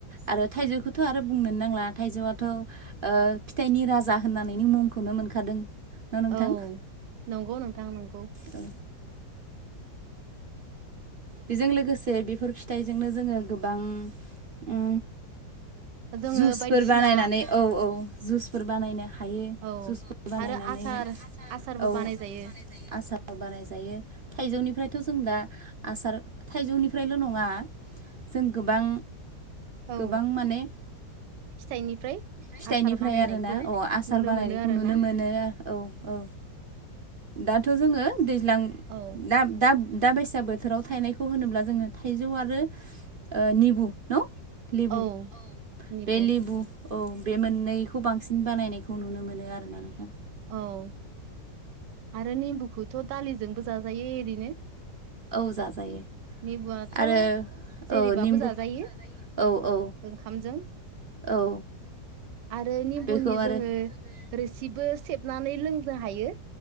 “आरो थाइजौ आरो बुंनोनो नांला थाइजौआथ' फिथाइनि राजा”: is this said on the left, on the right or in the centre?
Right